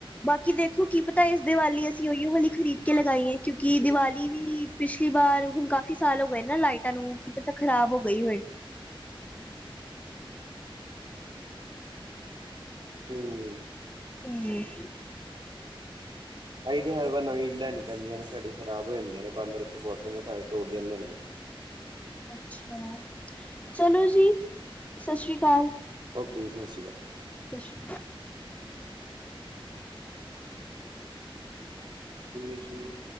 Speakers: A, on the left; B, on the right.
A: ਬਾਕੀ ਦੇਖੋ, ਕੀ ਪਤਾ ਇਸ ਦੀਵਾਲੀ ਅਸੀਂ ਉਹੀਓ ਵਾਲੀ ਖਰੀਦ ਕੇ ਲਗਾਈ ਹੈ ਕਿਉਂਕਿ ਦੀਵਾਲੀ ਵੀ ਪਿਛਲੀ ਵਾਰ ਹੁਣ ਕਾਫ਼ੀ ਸਾਲ ਹੋ ਗਏ ਨਾ ਲਾਈਟਾਂ ਨੂੰ ਕੀ ਪਤਾ ਖ਼ਰਾਬ ਹੋ ਗਈ ਹੋਏ।
B: ਹਮ।
A: <unintelligible>
B: ਅਹੀ ਤੇ ਹੈਗਾ ਨਵੀਂ ਲੈਣੀ ਪੈਂਦੀਆਂ ਨੇ, ਸਾਡੇ ਖਰਾਬ ਹੋ ਜਾਂਦੀਆਂ ਨੇ, ਬਾਂਦਰ ਇੱਥੇ ਬਹੁਤ ਨੇ ਸਾਰੇ ਤੋੜ ਜਾਂਦੇ ਨੇ।
A: ਅੱਛਾ, ਚਲੋ ਜੀ। ਸ਼ਸ਼ਰੀਕਾਲ।
B: ਓਕੇ ਜੀ ਸ਼ਸ਼ਰੀਕਾਲ।
A: ਸਸ਼੍ਰੀ ਕਾਲ।
B: ਸਿੰਮੀ-ਸਿੰਮੀ।